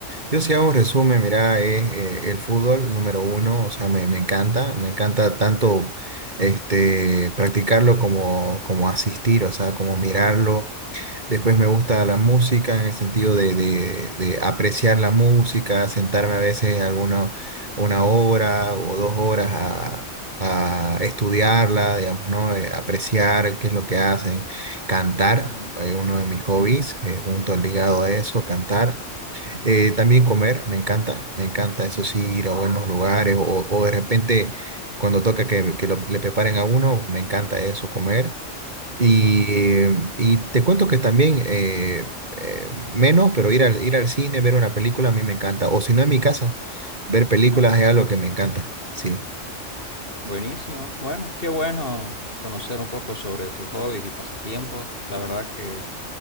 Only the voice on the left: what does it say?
Ujú,
ujú.
Ok.
Buenísimo. Bueno, qué bueno conocer un poco sobre tus hobbies y pasatiempos. La verdad que